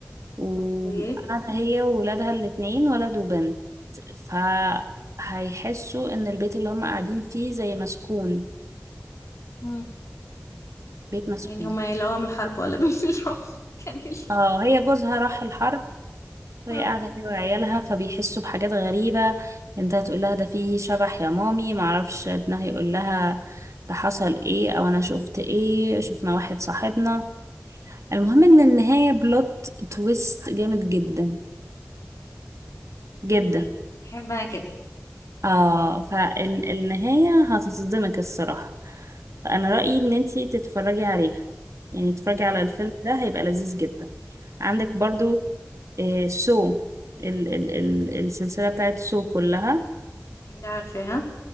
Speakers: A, on the right (about 80°); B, on the left (about 80°).
A: وقاعدة
B: اوكي
A: هي وولادها الاتنين ولد وبنت فهيحسوا إن البيت اللي هم قاعدين فيه زي مسكون
B: مم.
A: بيت مسكون
B: يعني هما يلاقوا من الحرب ولا من <laughs> الرعب كملي
A: اه هي جوزها راح الحرب وهي
B: اه
A: قاعدة هي وعيالها فبيحسوا بحاجات غريبة بنتها تقول لها ده فيه شبح يا مامي معرفش ابنها يقول لها ده حصل ايه او انا شفت ايه شفنا واحد صاحبنا المهم ان النهاية بلوت تويست جامد جدا جدا
B: ايه احب انا كده
A: اه فالنهاية هتتصدمك الصراحة فانا رأيي ان انتي تتفرجي عليها يعني تتفرجي على
B: لا
A: الفيلم ده هيبقى لذيذ جدا عندك برضو آه سو ال ال ال السلسلة بتاعت سو كلها
B: ده عارفاها